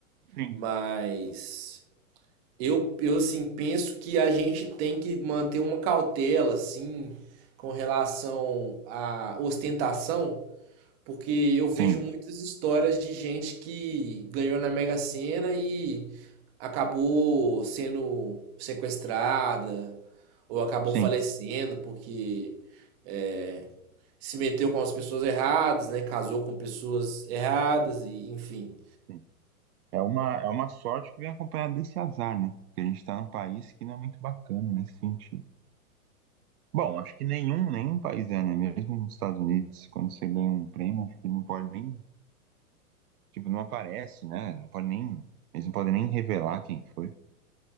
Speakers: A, on the right; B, on the right.
A: sim,
B: Mas. Eu, eu assim, penso que a gente tem que manter uma cautela, assim, com relação à ostentação, porque eu vejo
A: sim,
B: muitas histórias de gente que ganhou na Mega Sena e acabou sendo sequestrada ou acabou
A: sim.
B: falecendo porque é, se meteu com as pessoas erradas, né? Casou com pessoas erradas e enfim.
A: sim. É uma, é uma sorte que vem acompanhada desse azar, né? Porque a gente está num país que não é muito bacana nesse sentido. Bom, acho que nenhum, nenhum país é, né? Mesmo nos Estados Unidos, quando você ganha um prêmio, acho que não pode nem Tipo, não aparece, né? Não pode nem, eles não podem nem revelar quem foi. É